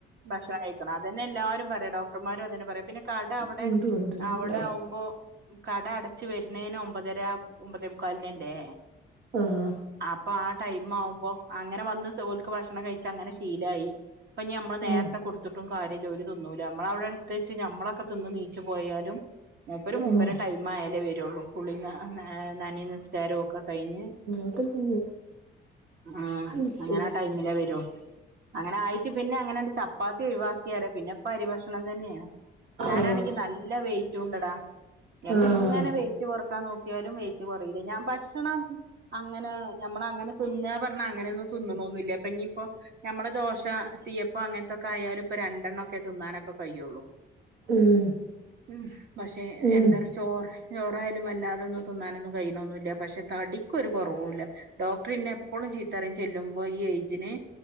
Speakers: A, on the right; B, on the right.
A: ഭക്ഷണം കഴിക്കണം അതന്നെ എല്ലാരും പറയാ ഡോക്ടർമാരും അതന്നെ പറയാ പിന്നെ കട അവ്ടെ
B: ഇങ്ങട്ട് കൊണ്ടരണുണ്ട
A: അവടെ ആവുമ്പോ കട അടച്ച് വരുന്നേന്നെ ഒമ്പതര ഒമ്പതെ മുക്കാലിനല്ലേ
B: ആഹ്
A: അപ്പൊ ആ ടൈം ആവുമ്പോ അങ്ങനെ വന്ന്ട്ടോൽക്ക് ഭക്ഷണം കഴിച്ച് അങ്ങനെ ശീലായി ഇപ്പം ഇഞ്ഞ് ഞമ്മള് നേരത്തെ
B: ആഹ്
A: കൊടുത്തിട്ടും കാര്യല്ല ഓല് തിന്നുല നമ്മളവ്ടെ എട്ത്ത് വെച്ച് ഞമ്മളൊക്കെ തിന്ന് നീച്ച് പോയാലും മൂപ്പര് മൂപ്പരെ
B: ആഹ്
A: ടൈമായാലേ വരൊള്ളൂ കുളിം നനിം നിസ്ക്കാരവും ഒക്ക കഴിഞ്ഞ്
B: അതൊക്കെ തന്നെ
A: ആ
B: പ്രത്യേകിച്ച്
A: അങ്ങനെ ആ ടൈമിലെ വരൂ അങ്ങനെ ആയി പിന്നെ അങ്ങനാണ്ട് ചപ്പാത്തി ഒഴിവാക്കി പറയാ പിന്നെ ഇപ്പം അരിഭക്ഷണം തന്നേണ് ഞാനാണെങ്കി
B: ആഹ്
A: നല്ല വെയിറ്റുണ്ടെടാ എങ്ങനെ
B: ആഹ്
A: വെയിറ്റ് കൊറ ക്കാൻ നോക്കിയാലും വെയിറ്റ് കൊറയില്ല ഞാൻ ഭക്ഷണം അങ്ങനെ ഞമ്മളങ്ങനെ തിന്നാ പറഞ്ഞ അങ്ങനെയൊന്നും തിന്ന്ണൊന്നുല്ല്യ ഇപ്പ ഇഞ്ഞിപ്പൊ ഞമ്മളെ ദോശ സി എഫ് ഒക്കായാലും ഇപ്പൊ രണ്ടെണ്ണം ഒക്കെ തിന്നാനൊക്കെ കയ്യൊള്ളൂ
B: ഉം
A: ഉം പക്ഷെ
B: ഉം
A: എന്താറ്യോ ചോറ് ചോറായാലും വല്ലാതൊന്നും തിന്നാനൊന്നും കഴിയിണൊന്നുല്ല്യ പക്ഷെ തടിക്കും ഒരു കുറവുല്ല ഡോക്ടർ ഇന്നെ എപ്പോഴും ചീത്തറി ചെല്ലുമ്പോ ഈ ഏജിന്.....